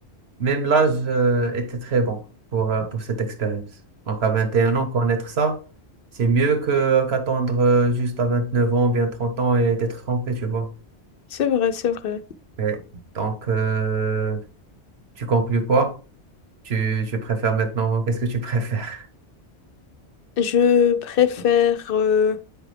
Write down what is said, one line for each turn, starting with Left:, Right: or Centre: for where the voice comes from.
Right: même l'âge euh, était très bon pour, euh, pour cette expérience. Donc, à 21 ans, connaître ça, c'est mieux que qu'attendre euh, juste à vingt neuf ans, bien 30 ans et d'être trompé, tu vois.
Left: C'est vrai, c'est vrai.
Right: Mais donc, euh, Tu conclus quoi? Tu, tu préfères maintenant, qu'est-ce que tu préfères? <laughs>
Left: Je préfère euh,